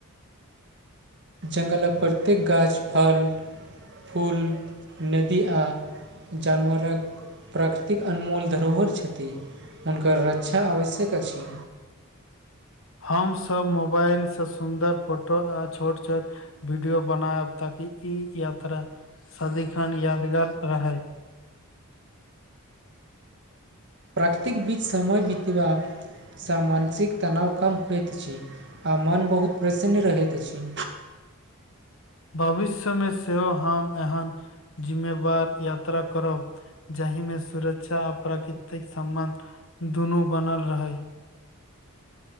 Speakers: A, on the right (about 55°); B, on the left (about 65°).
A: जङ्गलक प्रत्येक गाछ फल फूल नदी आ जानवरक प्राकृतिक अनमोल धरोहर छथि हुनकर रक्षा आवश्यक अछि
B: हम सब मोबाइल से सुंन्दर फोटो आ छोट छोट वीडियो बनायब ताकि ई यात्रा सदिखन यादगार रहै
A: प्राकृतिक बीज समय बितबा सँ मानसिक तनाव कम होइत अछि आ मोन बहुत प्रसन्न रहैत अछि
B: भविष्यमे सेहो हम एहन जिम्मेवार यात्रा करब जाहि मे सुरक्षा आ प्राकृतिक सम्बन्ध दुनू बनल रहै